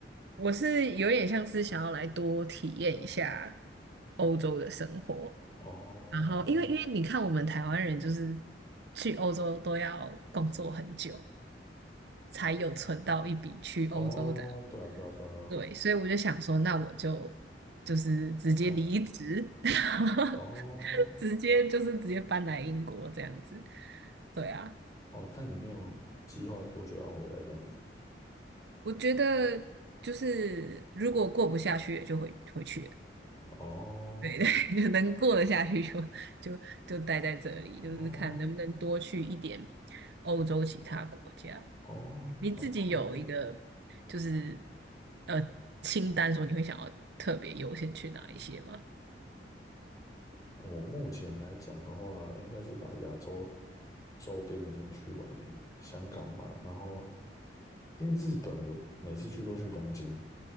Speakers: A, on the right (about 65°); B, on the left (about 20°).
A: 我是有点像是想要来多体验一下欧洲的生活，
B: 哦，
A: 然后因为因为你看我们台湾人就是去欧洲都要工作很久。才有存到一笔去欧洲的。
B: 哦，对啊，对啊，对啊，对啊
A: 对，所以我就想说，那我就就是直接离职，
B: 到
A: <laughs> 然后
B: 哦
A: 直接就是直接搬来英国这样子。对啊，
B: 哦，但你没有计划多久要回来这样子？
A: 我觉得就是如果过不下去，也就回回去了
B: 哦
A: <laughs> 就能过得下去就就就待在这里，
B: 哦
A: 就是看能不能多去一点欧洲其他国家。
B: 哦，
A: 你自己有一个就是
B: 蛮酷的。
A: 呃清单，说你会想要特别优先去哪一些吗？
B: 我目前来讲的话，应该是把亚洲周边的先去完，香港嘛，然后因为日本我每次去都去东京，